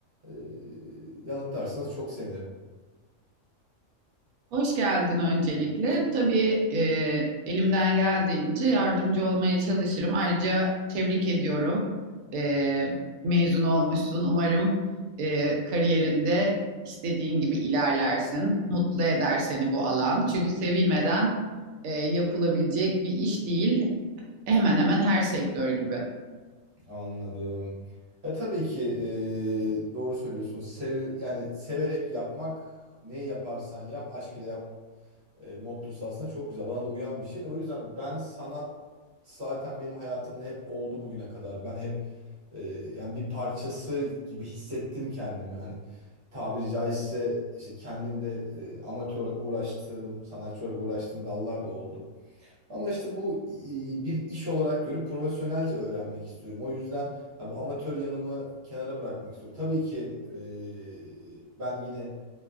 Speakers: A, on the right; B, on the right.
A: E, yanıtlarsanız çok sevinirim.
B: Hoş geldin öncelikle. Tabii e, elimden geldiğince yardımcı olmaya çalışırım. Ayrıca tebrik ediyorum. E, mezun olmuşsun. Umarım e, kariyerinde istediğin gibi ilerlersin. Mutlu eder seni bu alan. Çünkü sevilmeden e, yapılabilecek bir iş değil. Hemen hemen her sektör gibi.
A: Anladım. E tabii ki e, doğru söylüyorsun. Sev, yani severek yapmak ne yaparsan yap aşk ile yap e, mottosu aslında çok güzel. Bana da uyan bir şey. O yüzden ben sanat zaten benim hayatımda hep oldu bugüne kadar. Ben hep e, yani bir parçası gibi hissettim kendimi. Hani tabiri caizse işte kendim de e, amatör olarak uğraştığım, sanatçı olarak uğraştığım dallar da oldu. Ama işte bu e, bir iş olarak görüp profesyonelce öğrenmek istiyorum. O yüzden ha, bu amatör yanımı kenara bırakmak istiyorum. Tabii ki e, ben yine